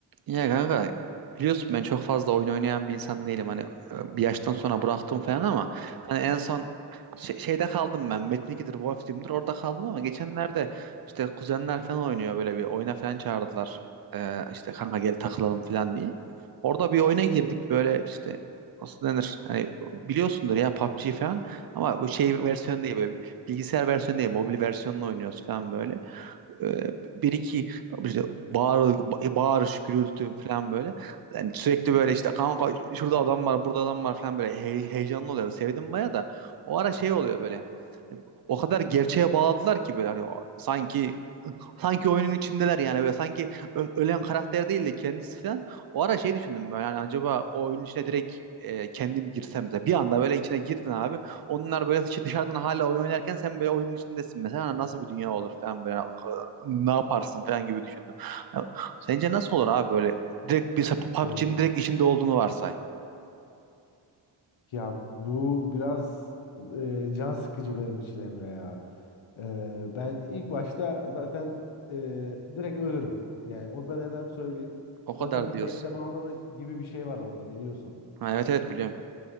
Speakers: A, on the right; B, on the left.
A: Ya kanka biliyorsun ben çok fazla oyun oynayan bir insan değilim. Hani e, bir yaştan sonra bıraktım falan ama hani en son şey- şeyde kaldım ben. Metin 2'dir, Wolf Team'dir orada kaldım ama geçenlerde işte kuzenler falan oynuyor böyle bir oyuna falan çağırdılar. Ee, işte kanka gel takılalım falan diye. Orada bir oyuna girdik böyle işte nasıl denir? Hani biliyorsundur ya PUBG falan ama bu şey versiyon değil böyle bilgisayar versiyonu değil mobil versiyonunu oynuyoruz falan böyle e, bir iki işte bağır, bağırış, gürültü falan böyle. Yani sürekli böyle işte kanka şurada adam var, burada adam var falan böyle hey- heyecanlı oluyor. Sevdim baya da. O ara şey oluyor böyle. O kadar gerçeğe bağladılar ki böyle hani o- sanki Sanki oyunun içindeler yani böyle sanki ö- ölen karakter değil de kendisi falan. O ara şey düşündüm ben yani acaba o oyunun içine direkt e, kendim girsem de bir anda böyle içine girdin abi. Onlar böyle dışı- dışarıdan hala oyun oynarken sen böyle oyunun içindesin mesela Hani nasıl bir dünya olur falan böyle hani, e, ne yaparsın falan gibi düşündüm. Ha, Sence nasıl olur abi böyle direkt bir PUBG'nin
B: Oo.
A: direkt içinde olduğunu varsay.
B: Ya bu biraz e, can sıkıcı benim için Emre ya. E, ben ilk başta zaten e, direkt ölürüm. Yani o da neden söyleyeyim.
A: O kadar
B: Zaten bir
A: diyorsun.
B: bekleme alanı gibi bir şey var orada biliyorsun.
A: Ha, evet evet biliyorum.